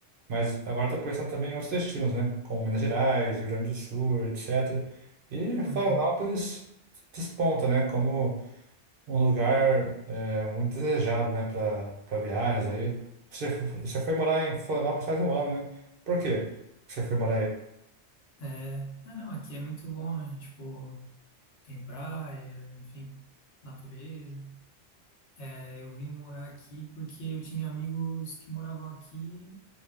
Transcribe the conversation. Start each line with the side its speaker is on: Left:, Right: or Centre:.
Right: mas agora tô pensando também em outros destinos, né? Como Minas Gerais, Rio Grande do Sul, etc. E Florianópolis
Left: Uhum.
Right: desponta, né? Como um lugar é, muito desejado, né, para para viagens aí. Você, f- você foi morar em Florianópolis faz um ano, né? Por quê que você foi morar aí?
Left: É, ah, não, aqui é muito bom, né? Tipo, tem praia, enfim, natureza. É, eu vim morar aqui porque eu tinha amigos que moravam aqui,